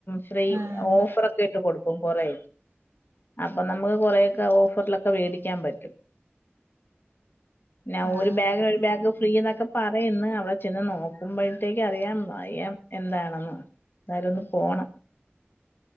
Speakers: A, on the left; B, on the right.
A: ഫ്രീ
B: ആഹ്
A: ഓഫറൊക്കെ. ട്ട് കൊടുക്കും കൊറേ അപ്പൊ നമുക്ക് കൊറെ ഒക്കെ ഓഫറിലൊക്കെ മേടിക്കാൻ പറ്റും. നൗ
B: ആഹ്
A: ഒരു ബാഗിന്
B: ശരി
A: ഒരു ബാഗ് ഫ്രീ എന്നൊക്കെ. പറയ്ന്ന് അവിടെ ചെന്ന് നോക്കുമ്പോഴത്തേക്ക് അറിയാം അറിയാം എന്താണെന്ന്. ന്തായാലും ഒന് പോണം.